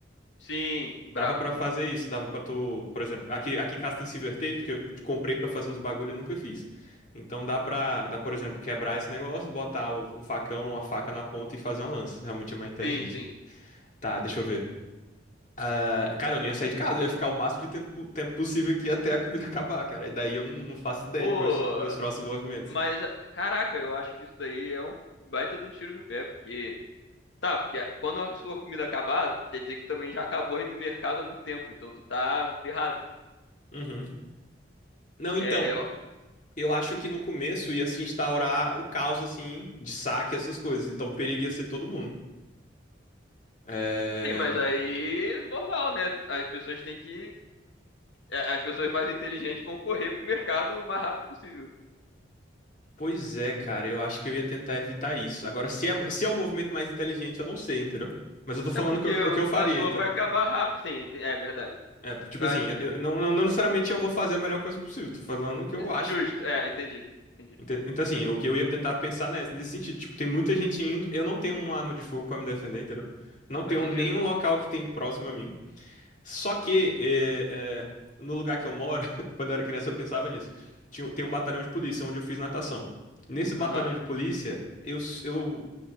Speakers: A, on the left (about 75°); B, on the left (about 40°).
A: Sim, brabo.
B: Dava pra fazer isso, dava pra tu, por exemplo, aqui, aqui em casa tem silver tape que eu comprei pra fazer uns bagulho e nunca fiz. Então dá pra, dá, por exemplo, quebrar esse negócio, botar um, um facão, uma faca na ponta e fazer uma lança. Realmente é mais inteligente.
A: Sim, sim.
B: Tá, deixa eu ver. Ah, cara, eu nem ia sair de casa, eu ia ficar o máximo de tempo, tempo possível aqui até a comida <laughs> acabar, cara. E daí eu não, não faço ideia
A: Pô.
B: de quais os meus próximos movimentos.
A: Mas, caraca, eu acho que isso daí é um baita de um tiro no pé, porque. Tá, porque quando a sua comida acabar, quer dizer que também já acabou aí do mercado há muito tempo, então tu tá ferrado.
B: Uhum. Não,
A: É,
B: então,
A: eu...
B: eu acho que no começo ia se instaurar o caos, assim, de saque e essas coisas. Então o perigo ia ser todo mundo. É,
A: Sim, mas aí normal, né? As pessoas têm que. é, As pessoas mais inteligentes vão correr pro mercado o mais rápido possível.
B: Pois é, cara, eu acho que eu ia tentar evitar isso. Agora, se é, se é o movimento mais inteligente, eu não sei, entendeu? Mas eu tô falando
A: É porque
B: que eu-
A: o-
B: o que eu faria,
A: a sua
B: entendeu?
A: vai acabar rápido. Sim, ente- é verdade.
B: É, tipo
A: Eu
B: assim,
A: acho que.
B: eu- eu não, não não necessariamente eu vou fazer a melhor coisa possível. Tô falando o que eu acho
A: Justo,
B: que,
A: é, entendi. Entendi.
B: Enten- Então, assim, o que eu ia tentar pensar nessa, nesse sentido, tipo, tem muita gente indo, eu não tenho uma arma de fogo pra me defender, entendeu? Não tenho
A: Faz sentido.
B: nenhum local que tem próximo a mim. Só que é, é, no lugar que eu moro, <laughs> quando eu era criança, eu pensava nisso. Tinha, tem um batalhão de polícia onde eu fiz natação. Nesse batalhão
A: Aham.
B: de polícia, eu, s- eu,